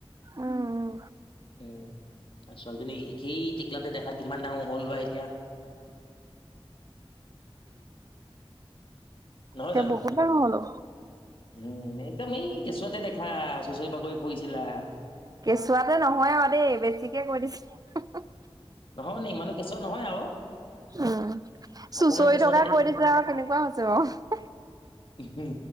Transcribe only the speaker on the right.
উম,
এতিয়া
বহুত। কো হলো।
কেঁচুৱাতে নহয় আৰু দেই বেছিকে কৈ দিছে।
উম চুচৰি
থকাই
কৈ দিছে আৰু কেনেকুৱা হৈছে বা